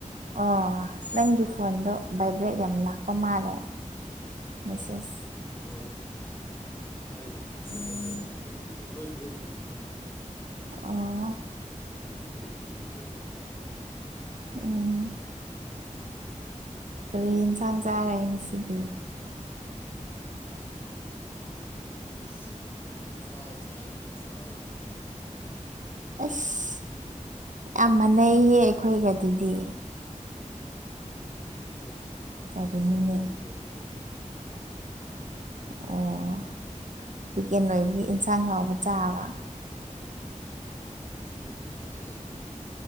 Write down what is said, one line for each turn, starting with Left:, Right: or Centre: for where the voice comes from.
Right: ꯑꯣ ꯅꯪꯒꯤ ꯐꯣꯟꯗꯣ ꯚꯥꯏꯕ꯭ꯔꯦꯠ ꯌꯥꯝ ꯂꯥꯛꯄ ꯃꯥꯜꯂꯦ ꯃꯦꯁꯦꯁ
Left: ꯍꯣꯏ ꯑꯩ ꯁꯥꯏꯂꯦꯟꯗ ꯊꯝꯗꯕꯒꯤ ꯑꯩꯈꯣꯏ ꯒ꯭ꯔꯨꯞꯀꯤꯅꯤꯕ
Right: ꯑꯣ
Left: ꯑꯩꯒꯤ ꯒ꯭ꯔꯨꯞꯇꯒꯤ ꯃꯦꯁꯦꯖ ꯑꯗꯨꯝ ꯂꯥꯛ
Right: ꯎꯝ ꯀꯔꯤ ꯌꯦꯟꯁꯥꯡ ꯆꯥꯔꯦ ꯉꯁꯤꯗꯤ
Left: ꯑꯩ ꯉꯁꯤ ꯑꯣꯛꯁꯥ ꯆꯥꯏ ꯑꯣꯛꯁꯥ ꯒꯥ ꯌꯦꯟ ꯆꯥꯏ
Right: ꯑꯁ ꯌꯥꯝ ꯃꯥꯟꯅꯩꯌꯦ ꯑꯩꯈꯣꯏꯒ ꯑꯗꯨꯗꯤ
Left: ꯑꯁ
Right: ꯀꯔꯤꯅꯣꯅꯦ
Left: ꯉꯁꯤꯗꯤ ꯋꯤꯀꯦꯟ ꯑꯣꯏꯕꯒꯤ
Right: ꯑꯣ ꯋꯤꯀꯦꯟ
Left: ꯅꯪꯗꯤ
Right: ꯂꯣꯏꯕꯒꯤ ꯌꯦꯟꯁꯥꯡ ꯍꯥꯎꯕ ꯆꯥꯕ
Left: ꯑꯗꯨꯝ ꯁꯥꯏꯕ ꯇꯥꯔꯦ